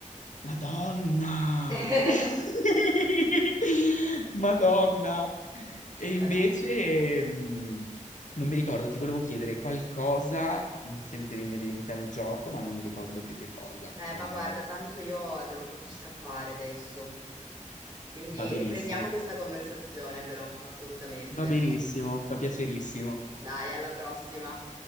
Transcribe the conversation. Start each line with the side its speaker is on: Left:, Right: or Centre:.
Left: Madonna!
Right: <laughs>
Left: <laughs> Madonna!
Right: Sì,
Left: E invece,
Right: vabbè.
Left: mh, non mi ricordo, ti volevo chiedere qualcosa, mh, sempre inerente al gioco, ma non mi ricordo più che cosa.
Right: Eh, ma
Left: Mm,
Right: guarda, tanto io devo proprio scappare adesso. Quindi
Left: va benissimo,
Right: riprendiamo questa conversazione però, assolutamente.
Left: va benissimo, fa piacerissimo.
Right: Dai, alla prossima.